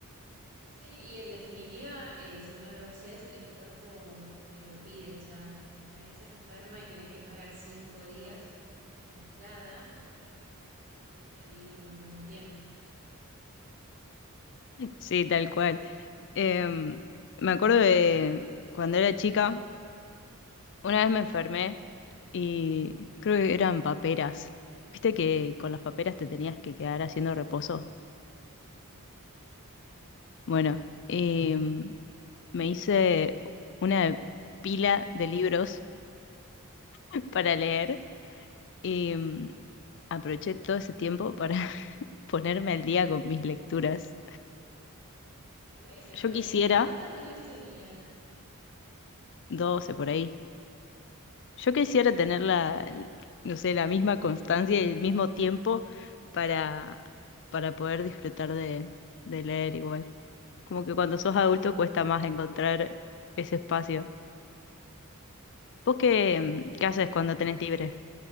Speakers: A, on the right; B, on the left.
A: Sí, y en definitiva, eh, si no lo haces, el cuerpo te lo pide, o sea, caes enferma y tenés que parar cinco días obligada porque estuviste a mil un montón de tiempo.
B: Sí, tal cual. Em, me acuerdo de cuando era chica, una vez me enfermé y creo que eran paperas. ¿Viste que con las paperas te tenías que quedar haciendo reposo?
A: Ujú, Sí.
B: Bueno, em, me hice una pila de libros <laughs> para leer y em, aproveché todo ese tiempo para <laughs> ponerme al día con mis lecturas.
A: Bueno,
B: Yo
A: re
B: quisiera
A: bien, pero ¿cuántos años tenías?
B: 12 por ahí Yo quisiera tener la, no sé, la misma constancia y el mismo tiempo para, para poder disfrutar de, de leer igual. Como que cuando sos
A: Sí,
B: adulto cuesta más encontrar ese espacio. ¿Vos qué,
A: sí,
B: mm,
A: pero
B: qué haces cuando tenés libre?